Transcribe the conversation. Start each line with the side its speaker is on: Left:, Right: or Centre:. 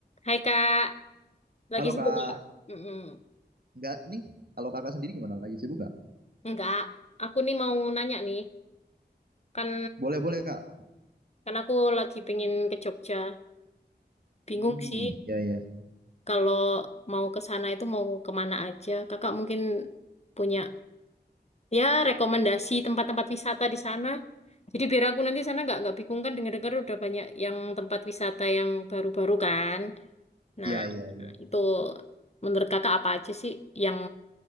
Left: Hai Kak, lagi
Right: Halo
Left: sibuk
Right: Kak,
Left: nggak? Mm-mm.
Right: enggak nih. Kalau Kakak sendiri gimana? Lagi sibuk nggak?
Left: Nggak, aku nih mau nanya nih, kan
Right: Boleh, boleh Kak.
Left: kan aku lagi pengen ke Jogja. Bingung
Right: Hmm,
Left: sih
Right: iya, iya.
Left: kalau mau ke sana itu mau kemana aja. Kakak mungkin punya ya rekomendasi tempat-tempat wisata di sana. Jadi biar aku nanti sana nggak nggak bingung kan dengar-dengar udah banyak yang tempat wisata yang baru-baru kan. Nah
Right: Iya, iya, iya.
Left: itu menurut kakak apa aja sih yang